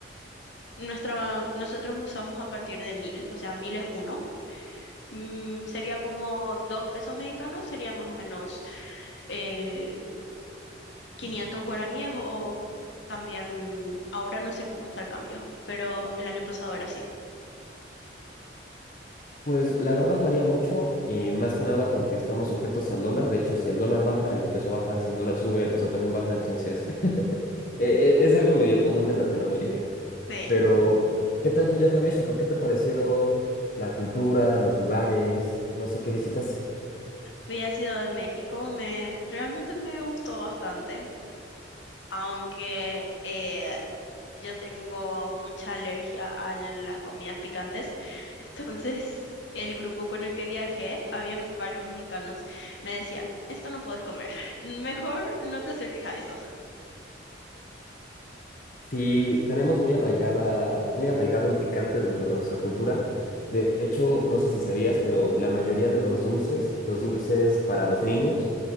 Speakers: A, on the left; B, on the left.
A: nuestra, nosotros usamos a partir de 1000, o sea, 1000 es uno mm, sería como dos pesos mexicanos, sería más o menos eh, 500 guaraníes o también, ahora no sé cómo está el cambio, pero el año pasado era así.
B: Pues la verdad varía mucho y más que nada porque estamos sujetos al dólar. De hecho, si el dólar baja, el peso baja. Si el dólar sube, el peso también baja. Entonces, <laughs> e- e- es algo medio común en Latinoamérica.
A: Sí,
B: Pero, ¿qué tal tu viaje a México? ¿Qué te pareció la cultura, los lugares? No sé qué visitaste.
A: fui a Ciudad de México, me, realmente me gustó bastante, aunque eh, yo tengo mucha alergia a las comidas picantes, <laughs> entonces el grupo con el que viajé, habían varios mexicanos, me decían, esto no puedes comer, <laughs> mejor no te acerques a eso.
B: Sí, tenemos muy arraigada, muy arraigado el picante dentro de nuestra cultura. De hecho, no sé si sabías, pero la mayoría de los dulces, los dulces para los niños,